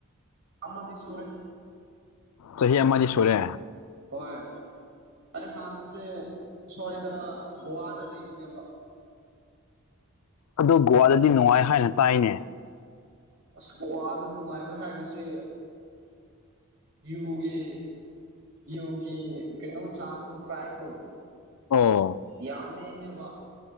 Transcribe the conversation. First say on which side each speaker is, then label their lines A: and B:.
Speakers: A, on the right; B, on the left.
A: ꯑꯃꯗꯤ ꯁꯨꯔꯦ
B: ꯆꯍꯤ ꯑꯃꯗꯤ ꯁꯨꯔꯦ
A: ꯍꯣꯏ ꯑꯩ ꯍꯥꯟꯅꯁꯦ ꯁ꯭ꯋꯥꯏꯗ ꯒꯣꯋꯥꯗ ꯂꯩꯕꯅꯦꯕ
B: ꯑꯗꯣ ꯒꯣꯋꯥꯗꯗꯤ ꯅꯨꯡꯉꯥꯏ ꯍꯥꯏꯅ ꯇꯥꯏꯅꯦ
A: ꯑꯁ ꯒꯣꯋꯥꯗ ꯅꯨꯡꯉꯥꯏꯕ ꯍꯥꯏꯕꯁꯦ ꯌꯨꯒꯤ ꯌꯨꯒꯤ ꯀꯩꯅꯣ ꯆꯥꯡꯗꯨ ꯄ꯭ꯔꯥꯏꯁꯇꯨ
B: ꯑꯣ
A: ꯌꯥꯝ ꯅꯦꯃꯦꯕ